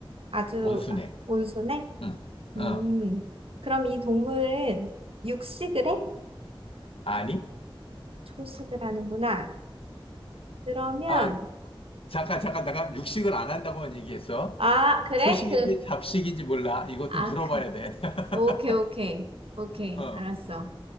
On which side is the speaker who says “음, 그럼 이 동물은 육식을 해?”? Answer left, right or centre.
Right